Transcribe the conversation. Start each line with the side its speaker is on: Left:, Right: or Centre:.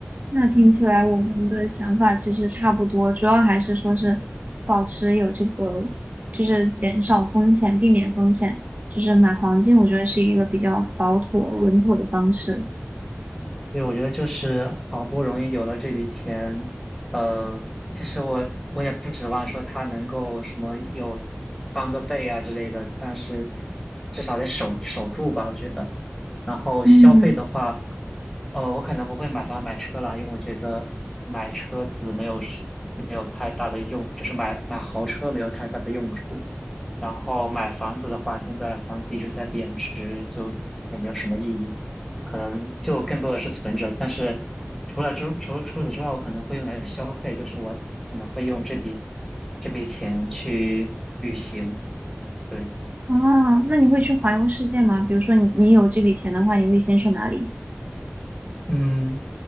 Right: 那听起来我们的想法其实差不多，主要还是说是保持有这个，就是减少风险，避免风险，就是买黄金，我觉得是一个比较保妥、稳妥的方式。
Centre: 对，我觉得就是好不容易有了这笔钱，呃，其实我我也不指望说他能够什么有翻个倍啊之类的，但是至少得守守住吧，我觉得。然后消费的话，
Right: 嗯，
Centre: 呃，我可能不会买房买车啦，因为我觉得买车子没有是没有太大的用，就是买买豪车没有太大的用处。然后买房子的话，现在房子一直在贬值，就也没有什么意义，可能就更多的是存着。但是除了之除除此之外，我可能会用来消费，就是我可能会用这笔这笔钱去旅行。对。
Right: 啊，那你会去环游世界吗？比如说你你有这笔钱的话，你会先去哪里？
Centre: 嗯，